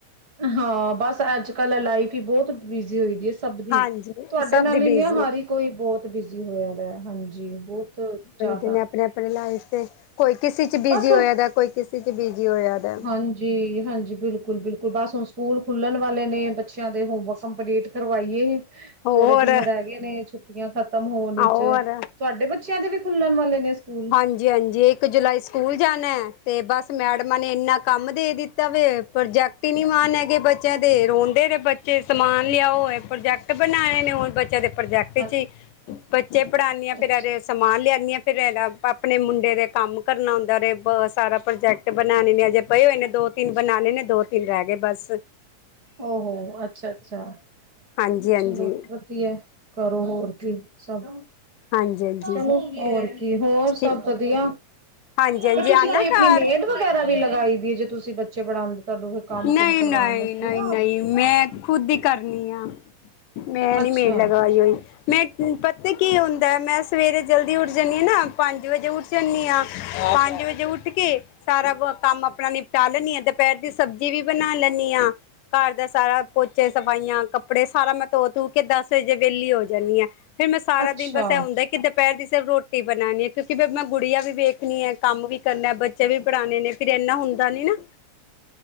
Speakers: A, on the right (about 45°); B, on the left (about 85°).
A: ਹਾਂ ਬਸ ਅੱਜ-ਕੱਲ ਲਾਈਫ ਈ ਬਹੁਤ ਬਿਜੀ ਹੋਈ ਦੀ ਸਭ ਦੀ,
B: ਹਾਂਜੀ
A: ਤੁਆਡੇ
B: ਸਭ
A: ਨਾਲ
B: ਦੀ
A: ਈ ਨੀ
B: ਬਿਜ਼ੀ
A: ਆ ਹਾਰੀ
B: ਹੈ
A: ਕੋਈ ਬਹੁਤ ਬਿਜੀ ਹੋਏਆ ਦਾ ਹਾਂਜੀ ਬੋਤ ਜਾ
B: ਏਨੇ ਆਪਣੇ-ਆਪਣੇ ਲਾਈਫ ਤੇ ਕੋਈ ਕਿਸੇ ਚ ਬਿਜੀ
A: ਬਸ
B: ਹੋਆ ਦਾ ਕੋਈ ਕਿਸੇ ਚ ਬਿਜੀ ਹੋਏਆ ਦਾ।
A: ਹਾਂਜੀ, ਹਾਂਜੀ ਬਿਲਕੁਲ-ਬਿਲਕੁਲ ਬਸ ਹੁਣ ਸਕੂਲ ਖੁੱਲਣ ਵਾਲੇ ਨੇ ਬੱਚੇਆਂ ਦੇ ਹੋਮਵਰਕ ਕੰਪਲੀਟ ਕਰਵਾਈਏ
B: ਹੋਰ
A: ਥੋੜੇ ਦਿਨ ਰੈ ਗਏ ਨੇ ਛੁੱਟੀਆਂ ਖਤਮ ਹੋਣ ਈਚ।
B: ਹੋਰ
A: ਤੁਹਾਡੇ ਬੱਚੇਆਂ ਦੇ ਵੀ ਖੁੱਲਣ ਵਾਲੇ ਨੇ ਸਕੂਲ?
B: ਹਾਂਜੀ-ਹਾਂਜੀ ਇਕ ਜੁਲਾਈ ਸਕੂਲ ਜਾਨੈ, ਤੇ ਬਸ ਮੈਡਮਾਂ ਨੇ ਐਨਾ ਕੰਮ ਦੇ ਦੇ ਤਾ ਵੇ, ਪ੍ਰੋਜੈਕਟ ਈ ਨੀ ਮਾਨ ਹੈਗੇ ਬੱਚੇਆਂ ਦੇ, ਰੋਂਦੇ ਨੇ ਬੱਚੇ ਸਮਾਨ ਲੇਆਓ ਐ ਪ੍ਰੋਜੈਕਟ ਤੇ ਬਨਾਏ ਨੇ ਹੋਰ ਬੱਚੇਆਂ ਦੇ ਪ੍ਰੋਜੈਕਟ
A: ਹਾਂ
B: ਚ ਈ ਬੱਚੇ ਪੜਾਨੀਆ ਫੇਰ
A: ਅੱਛ
B: ਏਦੇ ਸਮਾਨ ਲੇਆਦੀ ਆਂ ਫੇਰ ਏਦਾ ਆਪਣੇ ਮੁੰਡੇ ਦੇ ਕੰਮ ਕਰਨਾ ਹੁੰਦਾ ਵੇ ਬਾ ਸਾਰਾ ਪ੍ਰੋਜੈਕਟ ਬਣਾਣੇ ਨੇ ਅਜੇ ਪਏ ਹੋਏ ਨੇ ਦੋ-ਤਿੰਨ ਬਨਾਣੇ ਨੇ, ਦੋ-ਤਿੰਨ ਰੈ ਗੇ ਬਸ।
A: ਓਹੋ ਅੱਛਾ, ਅੱਛਾ।
B: ਹਾਂਜੀ ਹਾਂਜੀ
A: ਚਲੋ। ਕੀ ਐ, ਕਰੋ ਹੋਰ ਕੀ ਸਭਾ
B: ਹਾਂਜੀ। ਹਾਂਜੀ
A: ਚਲੋ
B: ਜੀ
A: ਹੋਰ ਕੀ। ਹੋਰ
B: ਠੀਕ
A: ਸਭ ਵਧੀਆ।
B: ਹਾਂਜੀ ਹਾਂਜੀ
A: ਪਰ ਤੁਸੀਂ
B: ਆਨਾ
A: ਕੋਈ ਆਪਣੀ
B: ਘਰ
A: ਮੇਡ ਵ ਘਰਆਲੀ ਲਗਾਈ ਦੀਏ ਜੇ ਤੁਸੀਂ ਬੱਚੇ ਪੜਾਂਦੇ, ਤੁਆਡੇ ਫਿਰ ਕੰਮ-ਕੁਮ
B: ਨਹੀਂ
A: ਕਰਵਾਣ
B: ਨਹੀਂ
A: ਵਾਸਤੇ
B: ਨਹੀਂ
A: ਨਾਂ
B: ਨਹੀਂ ਮੈਂ ਖੁਦ ਈ ਕਰਨੀ ਆਂ। ਮੈਂ
A: ਅੱਛਾ
B: ਨੀਂ ਮੇਡ ਲਗਾਈ ਹੋਈ। ਮੈਂ ਪਤਾ ਕੀ ਹੁੰਦਾ, ਮੈਂ ਸਵੇਰੇ ਜਲਦੀ ਉੱਠ ਜਾਂਣੀ ਆਂ ਨਾਂ, ਪੰਜ ਵਜੇ ਉੱਠ ਜਾਂਣੀ ਆਂ। ਪੰਜ ਵਜੇ ਉੱਠ ਕੇ ਸਾਰਾ ਕੰਮ ਆਪਣਾ ਨਿਪਟਾ ਲੈਣੀ ਆਂ ਦ ਦਪੈਰ ਦੀ ਸਬਜ਼ੀ ਵੀ ਬਣਾ ਲੈਂਣੀ ਆਂ। ਘਰ ਦਾ ਸਾਰਾ ਪੋਚੇ ਸਫਾਈਆਂ ਕੱਪੜੇ ਸਾਰਾ ਮੈਂ ਧੋ-ਧੂ ਕੇ ਦਸ ਵਜੇ ਵੇਲੀ ਹੋ ਜਾਂਣੀ ਆਂ। ਫਿਰ ਮੈਂ ਸਾਰਾ
A: ਅੱਛਾ
B: ਦਿਨ ਬਸ ਏ ਹੁੰਦਾ ਕਿ ਦਪੈਰ ਦੀ ਸਿਰਫ ਰੋਟੀ ਬਣਾਣੀ ਕਿਉਂਕਿ ਮੈਂ ਗੁੜੀਆਂ ਵੀ ਵੇਖਣੀ ਐਂ, ਕੰਮ ਵੀ ਕਰਨਾ। ਬੱਚ ਬੱਚੇ ਵੀ ਪੜ੍ਹਾਣੇ ਨੇ ਫਿਰ ਇੰਨਾ ਹੁੰਦਾ ਨੀਂ ਨਾਂ
A: <inaudible>